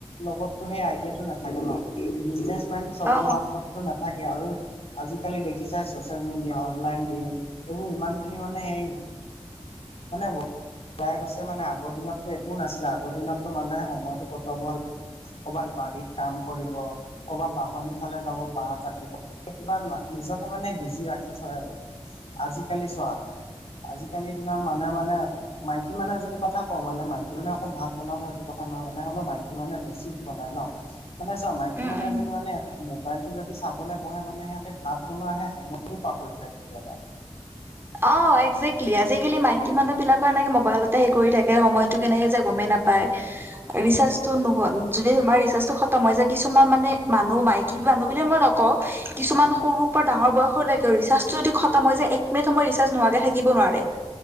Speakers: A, on the left; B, on the right.
A: লগততো সেই আইডিয়াটো নাথাকে ন বিজনেচ কিমান বছৰ
B: অ
A: মোৰ মাহততো নাথাকে আৰু আজিকালি দেখিছাই ছ'চিয়েল মিডিয়া অনলাইন গেম এইবোৰ ইমানখিনি মানে সেই মানে গৈছে মানে আগৰ দিনত তো এইটো নাছিলে আগৰ দিনততো মানে সময়টো কটাব হলে ক'বাত বাৰীত কাম কৰিব ক'বাত বাঁহনি ফালে যাব বাঁহ কাটিব কিবা নিজকে মানে বিজি ৰাখি থয় আৰু আজিকালি চোৱা আজিকালিৰ দিনত মানুহে মানে মাইকী মানু্হ এজনী কথা কওঁ মানে মাইকী মানে অকল ভাত বনাব সেইটো কথা নহয় মানে হ'লেও মাইকী মানুহে বেছি বনাই ন মানে চা মাইকী
B: উম
A: মানুহ
B: উম
A: এজনী মানে মোবাইলটো যদি চাবলৈ বহে মানে সিহঁতে ভাত বনোৱা হে সময় পাহৰি যায় কেতিয়াবা
B: অ একজেক্টলি আজিকালি মাইকী মানুহ বিলাকো এনেকে মোবাইলতে হে কৰি থাকে সময়টো কেনেকে যায় গমে নাপায় ৰিচাৰ্জটো নহ'ল যদি তোমাৰ ৰিচাৰ্জটো খতম হৈ যায় কিছুমান মানে মানুহ মাইক মাইকী মানু্হ বুলি মই নকওঁ কিছুমান সৰুৰ পৰা ডাঙৰ বয়সলৈকে ৰিচাৰ্জটো যদি খতম হৈ যায় মিনিট সময় ৰিচাৰ্জ নোহোৱাকে থাকিব নোৱাৰে